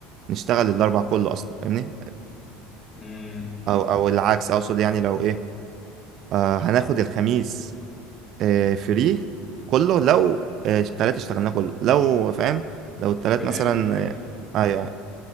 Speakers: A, on the right (about 45°); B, on the left (about 40°).
A: نشتغل الاربع كله اصلا فاهمني
B: امم
A: او او العكس اقصد يعني لو ايه آه هناخد الخميس آه فري كله لو آه، التلات اشتغلناه كله لو فاهم لو التلات
B: فهمت
A: مثلا
B: فهمت
A: آه، ايوه ايوه